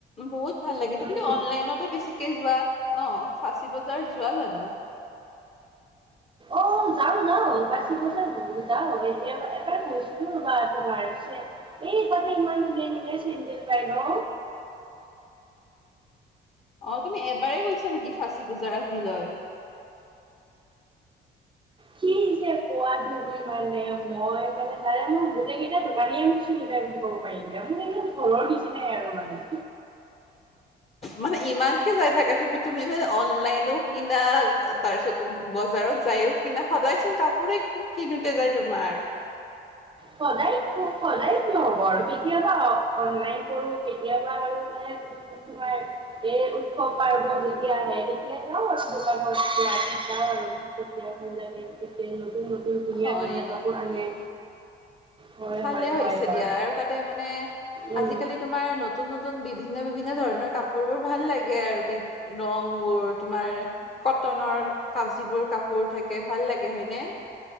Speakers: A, on the left; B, on the right.
A: বহুত ভাল লাগে
B: উম।
A: তুমিতো অনলাইনতে বেছিকে যোৱা। ন'ফাঁচী বজাৰ যোৱা জানো?
B: অহ, যাওঁ -যাওঁ পাঁচি বজাত যাওঁ এবাৰ গৈছিলো ৰবা তোমাৰ ছে এই তাতে ইমানটো <unintelligible> পাই ন '?
A: অহ, তুমি এবাৰেই গৈছা নেকি ফাঁচী বজাৰ আজিলৈ?
B: কি যে কোৱা তুমি মানে মই মানে তাৰে মোৰ গোটেই কেইটা দোকানীয়ে মোক চিনি পায় বুলি কব পাৰি দিয়া মোৰ এনে ঘৰৰ নিচিনাই আৰু মানে।
A: মানে ইমানকে যাই থাকা তুপি তুমি? অনলাইনো কিনা তাৰ পিছত বজাৰত যায়ও কিনা সদায় চোন কাপোৰে কিন কিনোতে যায় তোমাৰ
B: সদায়- সদায় কিয় হব আৰু কেতিয়াবা অনলাইন কৰো কেতিয়াবা আৰু মানে তোমাৰ এই উৎসৱ পাৰ্বন যেতিয়া আহে তেতিয়া যাওঁ আৰু দোকানত যাওঁ যাও আৰু তেতিয়া ভাল লাগে তেতিয়া নতুন- নতুন ধুনীয়া-
A: হয়
B: ধুনীয়া
A: নেকি?
B: কাপোৰ আনে। হয়
A: ভালে
B: হয়
A: হৈছে
B: হয় হয়
A: দিয়া আৰু তাতে মানে
B: উম
A: আজিকালি তোমাৰ নতুন - নতুন একদম বিভিন্ন-বিভিন্ন ধৰণৰ কাপোৰ বোৰ ভাল লাগে আৰু বিধ ৰং বোৰ তোমাৰ কত কতনৰ কা যিবোৰ কাপোৰ থাকে ভাল লাগে হয়নে?